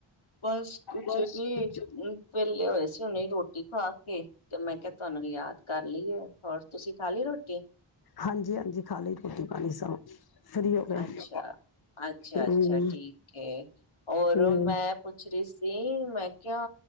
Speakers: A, on the left (about 80°); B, on the left (about 50°).
A: ਬਸ ਕੁਛ
B: ਬਸ
A: ਨੀ
B: ਕੁਛ
A: ਵਿਹਲੇ ਹੋਏ ਸੀ ਉਹਨੇ ਰੋਟੀ ਖਾ ਕੇ ਤੇ ਮੈਂ ਕਿਹਾ ਤੁਹਾਨੂੰ ਯਾਦ ਕਰ ਲਾਏਹ ਹੋਰ ਤੁਸੀਂ ਖਾ ਲਈ ਰੋਟੀ।
B: ਹਾਂਜੀ-ਹਾਂਜੀ ਖਾ ਲਈ ਰੋਟੀ ਪਾਣੀ ਸਭ ਫਰੀ ਹੋ ਗਏ
A: ਅੱਛਾ-ਅੱਛਾ-ਅੱਛਾ
B: ਹੂੰ
A: ਠੀਕ ਹੈ। ਓ ਹੋਰ
B: ਹੂੰ
A: ਮੈਂ ਪੁੱਛ ਰਹੀ ਸੀ ਮੈਂ ਕਿਹਾ